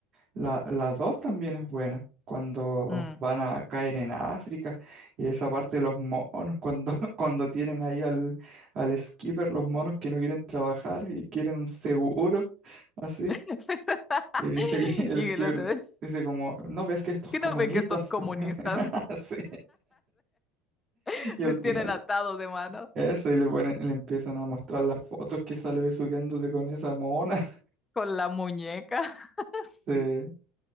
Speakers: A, on the right; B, on the left.
A: La, la dos también es buena, cuando
B: Mm.
A: van a caer en África y esa parte de los monos, cuando, <laughs> cuando tienen ahí al, al skipper, los monos que no quieren trabajar y quieren un seguro, así.
B: <laughs>
A: Y dice que <laughs> el
B: Y
A: skipper
B: el otro es,
A: dice como, ¿no ves que estos
B: ¿qué
A: comunistas?
B: no ven que estos comunistas
A: <laughs> Así.
B: <laughs>
A: Y al
B: me tienen
A: final
B: atado de mano
A: Eso, y le ponen, le empiezan a mostrar las fotos que sale besuqueándose con esa mona. <laughs>
B: con la muñeca? <laughs>
A: Sí.
B: Sí,